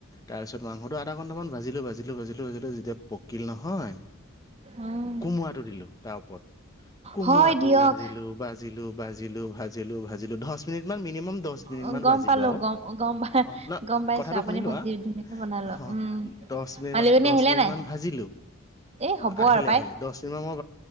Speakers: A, on the left; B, on the right.
A: তাৰ পিছত মাংসটো আধা ঘণ্টামান ভাজিলো ভাজিলো ভাজিলো ভাজিলো যেতিয়া পকিল নহয়
B: উম
A: কোমোৰাটো দিলো তাৰ ওপৰত। কোমোৰাটো
B: হয় দিয়ক
A: ভাজিলো ভাজিলো ভাজিলো ভাজিলো ভাজিলো ধচ মিনিটমান মিনিমাম দছ মিনিটমান
B: অ গম
A: ভাজিলোঁ
B: পালো
A: আৰু
B: গম গম
A: অঁ ন
B: গম পাইছো
A: কথাটো
B: আপুনি
A: শুনি লোৱা,
B: ভাজি ধুনীয়াকে বনালো
A: হ
B: উম
A: দছ মিনিটমান
B: মালিকনী
A: দছ
B: আহিলে
A: মিনিটমান
B: নাই
A: ভাজিলোঁ,
B: এই হ'ব
A: অ আহিলে
B: আৰু পাই
A: আহিলে দছ মিনিটমান মই